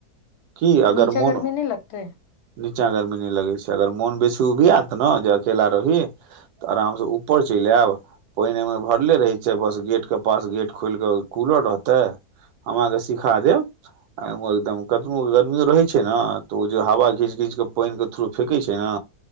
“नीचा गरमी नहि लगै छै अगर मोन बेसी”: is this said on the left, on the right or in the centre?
Right